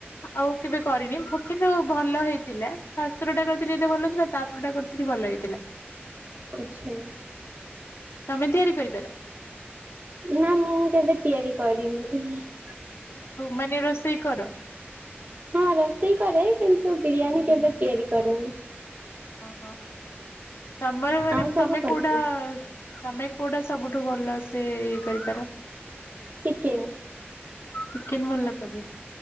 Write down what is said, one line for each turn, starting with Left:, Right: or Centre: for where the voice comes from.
Left: ଆଉ କେବେ କରିବି କିନ୍ତୁ ଭଲ ହେଇ ଥିଲା ଫାଷ୍ଟ ଥରଟା କରିଥିଲି ଏତେ ଭଲ ଥିଲା, ତାପରେ ଟା କରିଥିଲି ଭଲ ହେଇଥିଲା।
Right: ଆଚ୍ଛା
Left: ତମେ ତିଆରି କରିପାର?
Right: ନା ମୁଁ କେବେ ତିଆରି କରିନି। <unintelligible>
Left: ତୁ ମାନେ ରୋଷେଇ କର?
Right: ହଁ ରୋଷେଇ କରେ କିନ୍ତୁ ବିରିୟାନୀ କେବେ ତିଆରି କରେନି।
Left: ଓହୋ ତମର ମାନେ
Right: ଆଉ ସବୁ
Left: ତମେ
Right: କରିଛି
Left: କୋଉଟା ତମେ କୋଉଟା ସବୁଠୁ ଭଲ ସେ ଇଏ କରିପାର?
Right: ଚିକେନ୍
Left: ଚିକେନ ଭଲ କରେ।